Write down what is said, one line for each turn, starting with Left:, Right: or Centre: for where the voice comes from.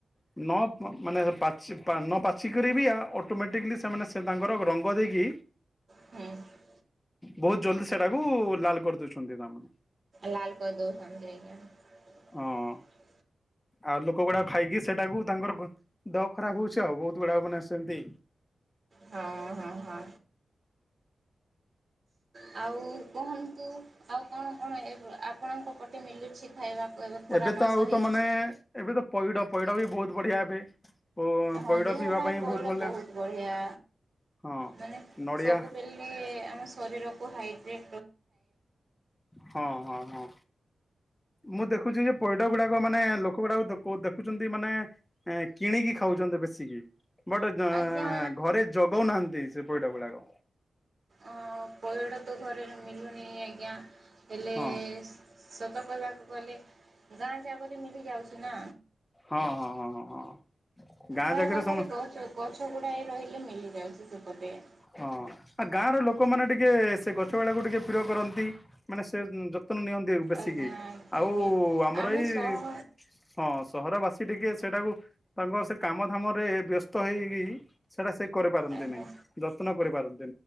Left: ନ ମାନେ ପାଚି ନ ପାଚିକିରୀ ବି ଅଟୋମେଟିକିଲି ସେମାନେ ତାଙ୍କର ରଙ୍ଗ ଦେଇକି
Right: ହୁଁ
Left: ବହୁତ ଜଲଦି ସେଟାକୁ ଲାଲ କରିଦଉଛନ୍ତି ତାମାନେ
Right: ଲାଲ କରିଦଉଛନ୍ତି ।
Left: ହଁ। ଆଉ ଲୋକ ଗୁଡାକ ଖାଇକି ସେଟାକୁ ତାଙ୍କର ଦେହ ଖରାପ ହଉଛି ଆଉ ବହୁତ ଗୁଡାକ ମାନେ ସେମିତି
Right: ହଁ ହଁ ହଁ ହଁ ଆଉ କୁହନ୍ତୁ ଆଉ କଣ? କଣ ଏ ଆପଣଙ୍କ ପଟେ ମିଲୁଛି? ଖାଇବାକୁ ଖରା
Left: ଏବେ
Right: ମାସ
Left: ତ ଆଉ
Right: ହେଇଛି।
Left: ତ ମାନେ ଏବେ ତ ପଇଡ ପଇଡ ବି ବହୁତ। ବଢିଆ ଏବେ ଓ
Right: ହଁ
Left: ପଇଡ
Right: ଦେହ
Left: ପିଇବା
Right: ପାଇଁ ପଇଡ଼
Left: ଭଲ
Right: ବହୁତ ବଢିଆ
Left: ହଁ
Right: ମାନେ
Left: ନଡିଆ
Right: ସବୁବେଲେ ଆମ ଶରୀର ତୁ ହାଇଡ୍ରେ୍
Left: ହଁ ହଁ ହଁ ମୁଁ ଦେଖୁଛି ଯେ ପଇଡ ଗୁଡାକ ମାନ ମାନେ ଲୋକ ଗୁଡାକୁ ଦେଖୁଛନ୍ତି ମାନେ କିଣିକି ଖାଉଛନ୍ତି ବେଶୀକି ବଟେ ଗ୍ନଁ
Right: ଆଜ୍ଞା
Left: ଘରେ ଜଗଉନାହାନ୍ତି ସେ ପଇଡ ଗୁଡାକ।
Right: ଅଁ ପଇଡ଼ ତ ଘରେରେ ମିିଲୁନି ଆଜ୍ଞା <unintelligible> ହେଲେ
Left: ହଁ
Right: ଶ୍ ସତ କହିବାକୁ ଗଲେ ଗାଁ କୁ ଆଗ ତ ମୁଁ ବି ଯାଉଛି ନା
Left: ହଁ ହଁ ହଁ ହଁ ହଁ ଗାଁ
Right: ବାଁ
Left: ଜାଗାରେ
Right: ପାଖରେ
Left: ସମସ୍ତ
Right: ଗଛ ଗଛ ଗୁଡାଏ ରହିଲେ ମିଳି ଯାଉଛି। <unintelligible>
Left: ହଁ ଆଉ ଗାଁ ର ଲୋକମାନେ ଟିକେ ସେ ଗଛ୍ ଛୋଟପିଲାକୁ ଟିକେ ପ୍ରିୟ କରନ୍ତି ମାନେ ସେ ଯତ୍ନ ନିଅନ୍ତି ବେଶିକି
Right: ଆଜ୍ଞା
Left: ଆଉ
Right: ଆଜ୍ଞା
Left: ଆମର
Right: ଆମେ
Left: ଏଇ
Right: ସହ
Left: ହଁ ସହରବାସୀ ଟିକେ ସେଟାକୁ ତାଙ୍କର ସେ କାମଧାମ ରେ ବ୍ୟସ୍ତ ହେଇକି ସେଇଟା ସେ କରିପାରନ୍ତି
Right: ଆଜ୍ଞା।
Left: ନାହିଁ। ଯତ୍ନ କରିପାରନ୍ତି।